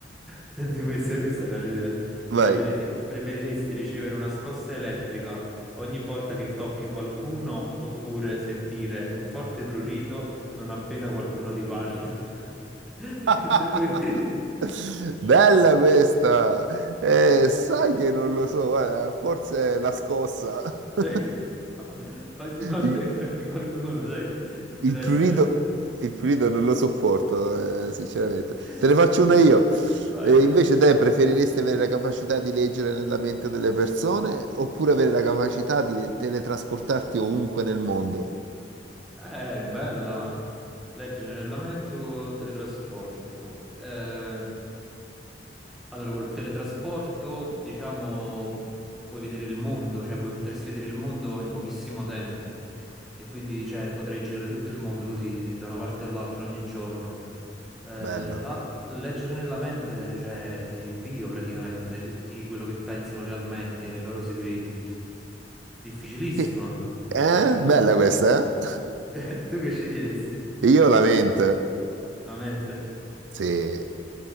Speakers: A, in the centre; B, on the right (about 85°).
A: Senti, questa, questa fa ridere.
B: Vai.
A: Preferire- preferiresti ricevere una scossa elettrica ogni volta che tocchi qualcuno oppure sentire un forte prurito non appena qualcuno ti parla? <laughs>
B: <laughs>
A: Questo è ver-
B: Bella questa! Eh, sai che non lo so, guarda, forse è la scossa. <laughs>
A: <laughs> No, ogni volta
B: Il,
A: che tocchi qualcuno, sai, non
B: il
A: deve
B: prurito,
A: essere...
B: il prurito non lo sopporto, eh, sinceramente.
A: <laughs>
B: Te ne faccio una io.
A: Vai.
B: Eh, invece te preferiresti avere la capacità di leggere nella mente delle persone oppure avere la capacità di teletrasportarti ovunque nel mondo?
A: Eh, bella. Leggere nella mente o il teletrasporto? Eh, allora, col teletrasporto, diciamo, puoi vedere il mondo, cioè puoi, potresti vedere il mondo in pochissimo tempo. E quindi, cioè, potrei girare tutto il mondo così, da una parte all'altra ogni giorno. Eh,
B: Bello.
A: la- leggere nella mente, cioè, sei il dio praticamente, sai tutti quello che pensano realmente, ai loro segreti. Difficilissima.
B: Che- eh?
A: Difficilissima.
B: Bella questa,
A: <laughs> Tu che sceglieresti?
B: eh? <laughs> Io la mente.
A: La mente.
B: Sì.